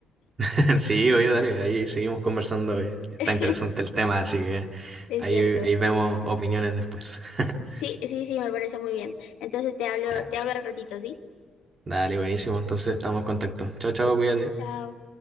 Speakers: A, on the right; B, on the left.
A: <laughs> Sí, obvio, dale, ahí seguimos conversando. oye. Está
B: <laughs>
A: interesante el tema, así que
B: Es
A: ahí,
B: cierto.
A: ahí vemos opiniones después. <laughs>
B: Sí, sí, sí, me parece muy bien. Entonces te hablo,
A: Ya,
B: te hablo al ratito, ¿sí?
A: dale, buenísimo, entonces
B: Mm,
A: estamos en contacto. Chao, chao,
B: Ok,
A: cuídate.
B: chao.